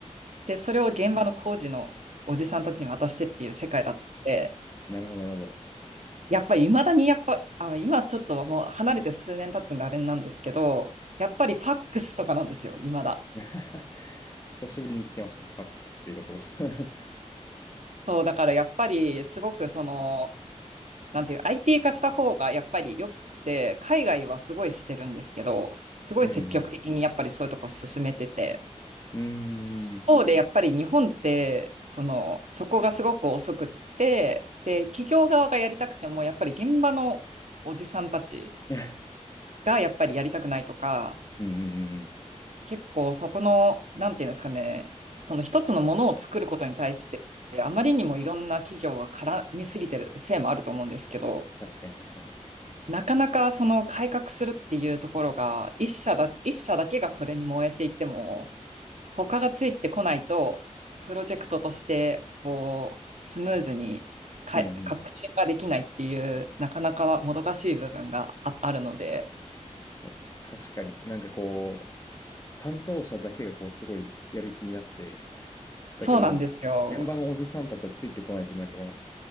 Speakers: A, on the right (about 70°); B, on the left (about 25°).
A: で、それを現場の工事のおじさんたちに渡してっていう世界だって、
B: なるほど、なるほど。
A: やっぱり未だにやっぱ、あ、今ちょっともう離れて数年経つんであれなんですけど、やっぱりファックスとかなんですよ、未だ。
B: <laughs> 久しぶりに聞きましたね。ファックスっていう言葉。
A: そう、だからやっぱりすごくその、なんていう、IT 化した方がやっぱり良くて、海外はすごいしてるんですけど、すごい積極的にやっぱりそういうとこ進めてて、
B: <laughs> うん。うん。うーん
A: 方でやっぱり日本って、その、そこがすごく遅くって、で、企業側がやりたくても、やっぱり現場のおじさんたち
B: <laughs>
A: がやっぱりやりたくないとか、
B: うんうんうん。
A: 結構そこの、なんていうんですかね、その一つのものを作ることに対して、あまりにもいろんな企業が絡みすぎてるせいもあると思うんですけど、
B: 確かに確かに。
A: なかなかその改革するっていうところが、一社だ、一社だけがそれに燃えていても、他がついてこないと、プロジェクトとして、こう、スムーズにか、
B: うんうん。
A: 革新ができないっていう、なかなかもどかしい部分があ、あるので、
B: そう、確かに。なんかこう、担当者だけがこう、すごいやる気になって、だけど、
A: そうなんですよ。
B: 現場のおじさんたちはついてこないってなんかこう、